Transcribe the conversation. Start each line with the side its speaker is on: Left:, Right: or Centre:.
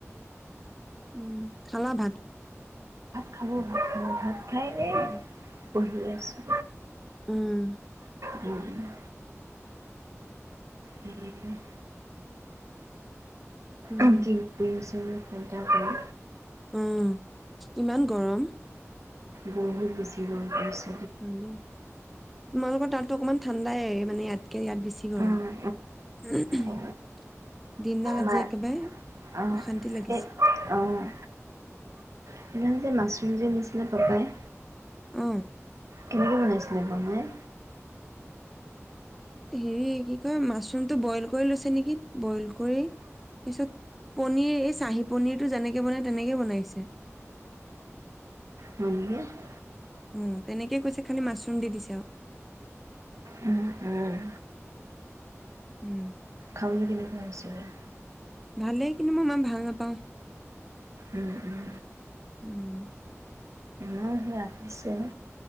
Centre: উম খালা ভাত?
Right: খালো ভাত খালো ভাত খায়হে
Centre: উম,
Right: বঢ়ি আছোঁ
Centre: উম
Right: উম উম
Centre: উম,
Right: ে <inaudible> জু খধা কৰা
Centre: উম ইমান গৰম
Right: বহুত বেছি গম পাইছো
Centre: নে তোমালোকৰ তাততো অকনমান ঠাণ্ডাইে মানে ইয়াত ইয়াত বেছি গৰম
Right: অ',
Centre: উম হু
Right: অ',
Centre: দিনদালা
Right: মা
Centre: যি একেবাৰে
Right: অ',
Centre: অশান্তি লাগিছে
Right: এ অ', সেইদিনাখন যে মাছৰুম যে নিচিলে পাপাই
Centre: অ
Right: কেনেকৈ বনাইছিলে বাৰু মাই
Centre: হেৰি কি কয় মাছৰুমটো বইল কৰি লৈছে নেকি বইল কৰি তাৰ পিছত পনিৰ এই চাহি পনিৰটো যেনেকে বনাই তেনেকে বনাইছে
Right: হয় নেকি?
Centre: অ তেনেকেই কৈছে খালি মাচৰুম দি দিছেক
Right: উম, উম,
Centre: উম
Right: খাবলৈ কেনেকুৱা হৈছিলে?
Centre: ভালেই কিন্তু মই ইমান ভাল নাপাওঁ
Right: উম উম
Centre: উম
Right: আৰু সেয়াজিছে